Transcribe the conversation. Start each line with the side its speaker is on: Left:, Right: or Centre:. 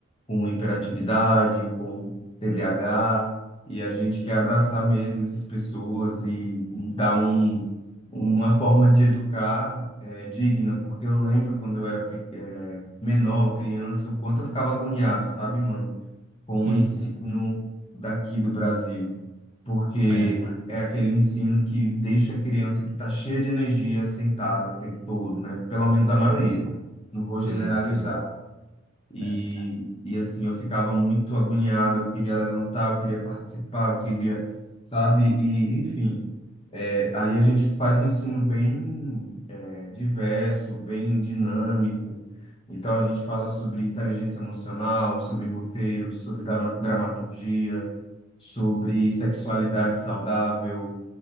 Left: com hiperatividade, com TDAH, e a gente quer abraçar mesmo essas pessoas e, e dar um, uma forma de educar eh, digna, porque eu lembro quando eu era pe- eh, menor, criança, o quanto eu ficava agoniado, sabe, mano? com
Right: Hum,
Left: o ensino daqui do Brasil, porque
Right: é,
Left: é aquele ensino que deixa a criança que está cheia de energia sentada o tempo todo, né? Pelo menos a maioria,
Right: pois é,
Left: não vou generalizar.
Right: pois é, pois é.
Left: E,
Right: É,
Left: e assim, eu ficava muito agoniado, eu queria levantar, eu queria participar, eu queria, sabe? E, enfim. É, aí a gente faz um ensino bem, é, diverso, bem dinâmico. Então a gente fala sobre inteligência emocional, sobre roteiros, sobre dra- dramaturgia, sobre sexualidade saudável,